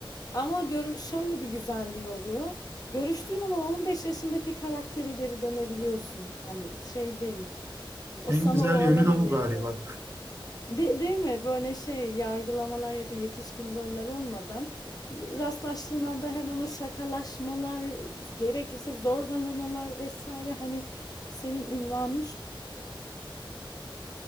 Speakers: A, on the left; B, on the right.
A: Ama görü- şöyle bir güzelliği oluyor. Görüştüğün an o 15 yaşındaki karaktere geri dönebiliyorsun. Hani şey değil. O
B: En
A: sana
B: güzel
A: o alanı
B: yönü de bu
A: veriyor.
B: galiba.
A: De, değil mi? Böyle şey yargılamalar ya da yetişkin roller olmadan rastlaştığın anda hemen o şakalaşmalar, gerekirse zorbalamalar vesaire hani senin ünvanın